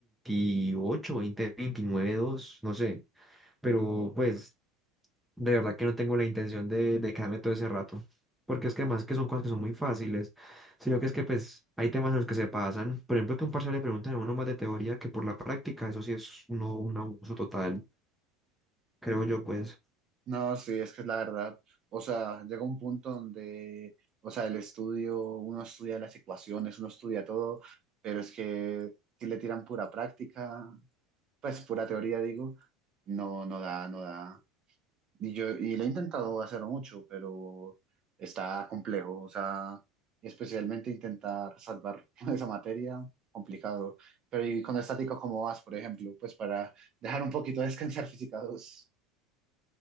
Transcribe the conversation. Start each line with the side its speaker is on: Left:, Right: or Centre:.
Centre: 2028, veintinueve dos no sé pero pues De verdad que no tengo la intención de, de quedarme todo ese rato, porque es que además que son cosas que son muy fáciles, sino que es que pues hay temas en los que se pasan, por ejemplo que un parcial le preguntan a uno más de teoría que por la práctica, eso sí es uno, un abuso total, creo yo pues.
Right: No, sí, es que es la verdad. O sea, llega un punto donde, o sea, el estudio, uno estudia las ecuaciones, uno estudia todo, pero es que si le tiran pura práctica, pues pura teoría, digo, no, no da, no da. Y yo, y lo he intentado hacer mucho, pero está complejo. O sea, especialmente intentar salvar <laughs> esa materia, complicado. Pero y con estática, ¿cómo vas, por ejemplo? Pues para dejar un poquito descansar física dos